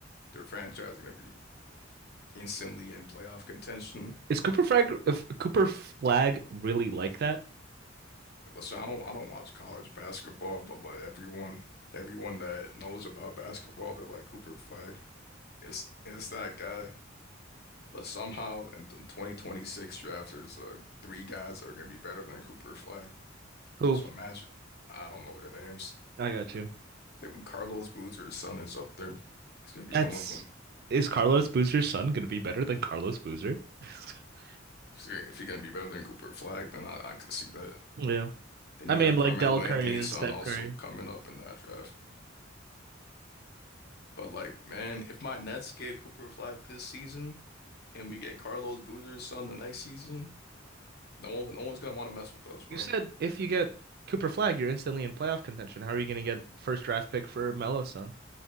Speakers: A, on the left; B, on the right.
A: their franchise is gonna be instantly in playoff contention.
B: Is Cooper Flag if Cooper Flag really like that?
A: Listen, I don't I don't watch college basketball, but like everyone everyone that knows about basketball, they're like Cooper Flag. It's it's that guy. But somehow in the 2026 draft, there's uh, three guys that are going to be better than Cooper Flag.
B: Who?
A: So imagine, I don't know their names.
B: I got you.
A: I think Carlos Boozer's son is up there. He's going to be
B: That's
A: one of them.
B: is Carlos Boozer's son gonna be better than Carlos Boozer? <laughs>
A: If he's, if he's going to be better than Cooper Flag, then I, I could see that.
B: Yeah.
A: Then
B: I
A: you
B: mean,
A: got
B: like
A: Carmelo
B: Del Curry
A: Anthony's
B: is
A: son
B: Steph
A: also
B: Curry.
A: coming up in that draft. But like, man, if my Nets get Cooper Flag this season and we get Carlos Boozer's son the next season, no one, no one's gonna want to mess with us, bro.
B: You said if you get Cooper Flag, you're instantly in playoff contention. How are you gonna get first draft pick for Melo's son?